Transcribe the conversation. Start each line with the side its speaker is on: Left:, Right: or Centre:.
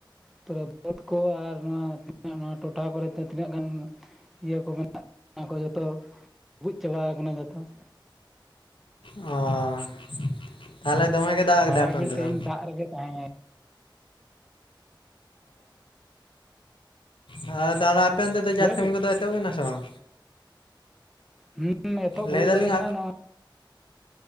Centre: ᱯᱩᱨᱟ ᱵᱟᱹᱫᱽ ᱠᱚ ᱟᱨ ᱱᱚᱣᱟ ᱱᱚᱣᱟ ᱴᱚᱴᱷᱟ ᱠᱚᱨᱮ ᱛᱮ ᱛᱤᱱᱟᱹᱜ ᱜᱟᱱ ᱤᱭᱟᱹ ᱠᱚ ᱢᱮᱱᱟᱜ ᱚᱱᱟ ᱠᱚ ᱡᱚᱛᱚ ᱰᱩᱵᱩᱡ ᱪᱟᱵᱟᱣ ᱠᱟᱱᱟ ᱡᱚᱛᱚ ᱾
Left: ᱟ ᱛᱟᱦᱚᱞᱮ ᱫᱚᱢᱮ ᱜᱮ ᱫᱟᱜ?
Centre: ᱥᱟᱨᱟ ᱜᱷᱟᱹᱲᱤ ᱛᱮᱦᱮᱧ
Left: ᱫᱚ
Centre: ᱫᱟᱜ ᱨᱮᱜᱮ ᱛᱟᱦᱮᱸ
Left: ᱚ ᱛᱟᱦᱚᱞᱮ ᱟᱯᱮ ᱚᱱᱛᱮ ᱫᱚ ᱪᱟᱥ
Centre: ᱞᱟᱹᱭ
Left: ᱠᱟᱹᱢᱤ
Centre: ᱵᱤᱱ
Left: ᱠᱚᱫᱚ ᱮᱛᱚᱦᱚᱵ ᱮᱱᱟ ᱥᱮ ᱵᱟᱝ?
Centre: ᱦᱩᱸ ᱮᱛᱚᱦᱚᱵ
Left: ᱞᱟᱹᱭ
Centre: ᱦᱩᱭ
Left: ᱫᱟᱞᱤᱧ
Centre: ᱜᱚᱫ ᱟᱠᱟᱱᱟ, ᱱᱚᱣᱟ